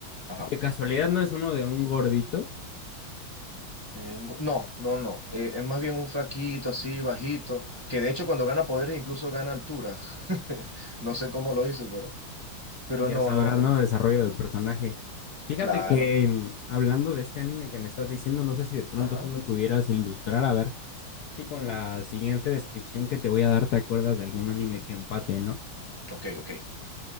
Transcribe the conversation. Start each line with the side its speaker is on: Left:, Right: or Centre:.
Right: Ajá.
Left: ¿de casualidad no es uno de un gordito?
Right: Eh, un go- no, no, no. eh, es más bien un fraquito así, bajito, que de hecho cuando gana poderes incluso gana altura. <laughs> No sé cómo lo hizo, pero, pero
Left: Ya
Right: no,
Left: sabrás,
Right: no, no.
Left: ¿no? Desarrollo de personaje. Fíjate
Right: Claro.
Left: que mm, hablando de este anime que me estás diciendo, no sé si de pronto
Right: Ajá.
Left: tú me pudieras ilustrar, a ver si con la siguiente descripción que te voy a dar te acuerdas de algún anime que empate, ¿no?
Right: Ok, ok.